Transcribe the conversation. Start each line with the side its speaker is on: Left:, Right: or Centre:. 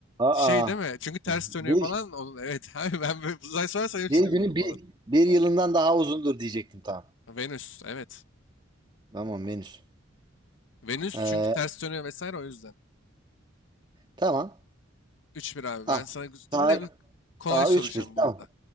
Right: aa,
Left: Şey değil mi? Çünkü ters dönüyor
Right: bir,
Left: falan. Onun evet <laughs> abi ben böyle uzay sorarsan hepsini
Right: bir günü
Left: bilirim
Right: bir,
Left: bu arada.
Right: bir yılından daha uzundur diyecektim tamam.
Left: Venüs evet.
Right: Tamam Venüs.
Left: Venüs
Right: Ee,
Left: çünkü ters dönüyor vesaire o yüzden.
Right: tamam.
Left: Üç bir abi.
Right: Ah,
Left: Ben sana
Right: tar
Left: yine bir kolay
Right: Aa,
Left: soracağım
Right: üç bir
Left: bu
Right: tamam.
Left: arada.